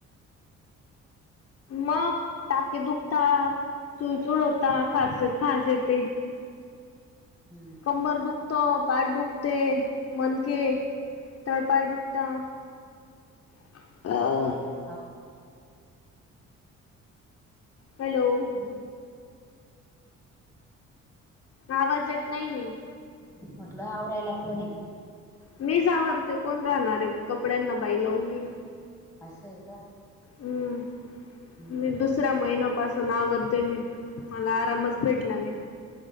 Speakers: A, on the left (about 55°); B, in the centre.
A: मग टाके दुखता चुळचुड होता ख खाज येत
B: हम्म
A: कंबर दुखतो पाट दुखते मनके तळपाय दुखता हा
B: हा
A: हॅलो
B: हम्म,
A: आवाज येत नाही
B: म्हटलं आवरायला कोणे
A: मी जावरते कोण राहणारे कपड्यांना बाई लावली
B: असं आहे का
A: हम्म
B: हम्म
A: म दुसरा महिना ्ासून आवरते मी मला आरामच भेटला नाही